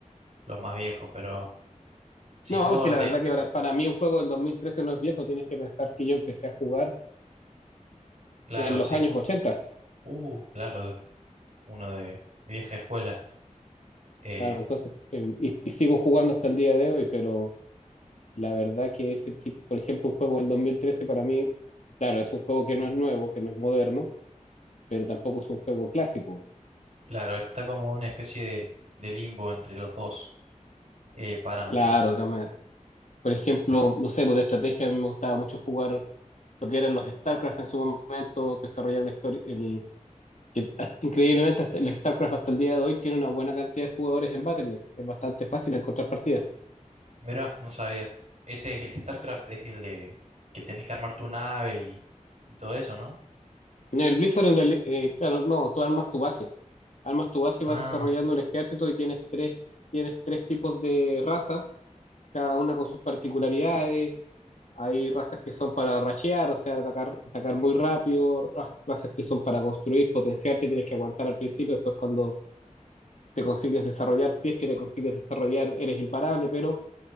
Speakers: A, on the right; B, on the left.
A: los más viejos, pero si
B: No,
A: no
B: porque la
A: de,
B: verdad que para, para mí un juego del 2013 no es viejo, tienes que pensar que yo empecé a jugar
A: claro,
B: en
A: sí.
B: los años ochenta
A: Uh, claro, de- uno de, de vieja escuela. Eh,
B: claro, entonces, eh, y, y sigo jugando hasta el día de hoy, pero La verdad que ese tipo, por ejemplo, un juego del 2013 para mí, claro, es un juego que no es nuevo, que no es moderno, pero tampoco es un juego clásico.
A: claro, está como una especie de, de limbo entre los dos eh, parámetros.
B: Claro, de todas maneras. Por ejemplo, no sé, pues de estrategia a mí me gustaba mucho jugar lo que eran los StarCraft en su momento, desarrollar una historia, el, que a- increíblemente hasta el StarCraft hasta el día de hoy tiene una buena cantidad de jugadores en Battle.net. Es bastante fácil encontrar partidas.
A: Mirá, no sabía. Ese es el StarCraft, es el de que tenés que armar tu nave y, y todo eso, ¿no?
B: No, el Blizzard en realidad, eh, claro, no, tú armas tu base. Armas tu base y
A: Ah,
B: vas desarrollando un ejército y tienes tres, tienes tres tipos de razas cada una con sus particularidades. Hay razas que son para rashear, o sea, atacar, atacar muy rápido, raz- razas que son para construir, potenciarte, tienes que aguantar al principio, después cuando te consigues desarrollar, si es que te consigues desarrollar, eres imparable, pero